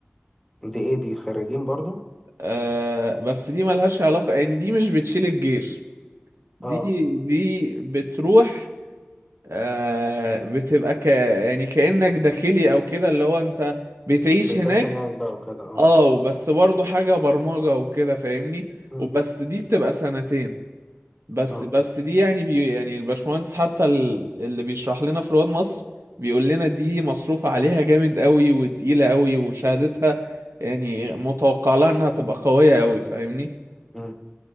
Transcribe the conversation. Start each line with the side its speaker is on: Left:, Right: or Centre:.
Centre: دي ايه دي خريجين برضو
Right: آه بس دي ملهاش علاقة يعني دي مش بتشيل الجيش دي
Centre: اه
Right: دي بتروح آه بتبقى ك يعني كأنك داخلي او كده اللي هو انت بتعيش
Centre: بتبات
Right: هناك
Centre: هناك بقى وكده اه
Right: اه بس برضه حاجة برمجة وكده فاهمني
Centre: مم.
Right: وبس دي بتبقى سنتين بس
Centre: اه
Right: بس دي يعني بي يعني الباشمهندس حتى ال- اللي بيشرح لنا في رواد مصر بيقول لنا دي مصروف عليها جامد قوي وتقيلة قوي وشهادتها يعني متوقع لها انها تبقى قوية قوي فاهمني
Centre: مم.